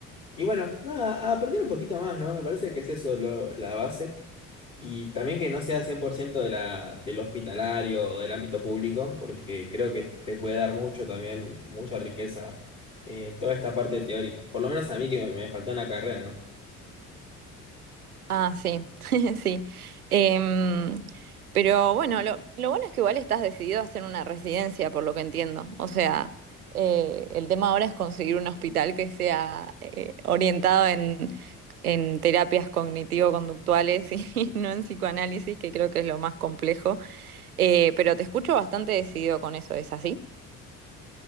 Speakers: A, on the left (about 45°); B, on the right (about 85°).
A: y bueno, nada, a aprender un poquito más, ¿no? Me parece que es eso lo- la base. Y también que no sea 100% de la, del hospitalario o del ámbito público, porque creo que te puede dar mucho también, mucha riqueza, eh, toda esta parte teórica. Por lo menos a mí que me, me faltó en la carrera, ¿no?
B: Ah, sí, <laughs> sí. Em, pero bueno, lo, lo bueno es que igual estás decidido a hacer una residencia, por lo que entiendo. O sea, eh, el tema ahora es conseguir un hospital que sea eh, orientado en, en terapias cognitivo-conductuales y <laughs> y no en psicoanálisis, que creo que es lo más complejo. Eh, pero te escucho bastante decidido con eso, ¿es así?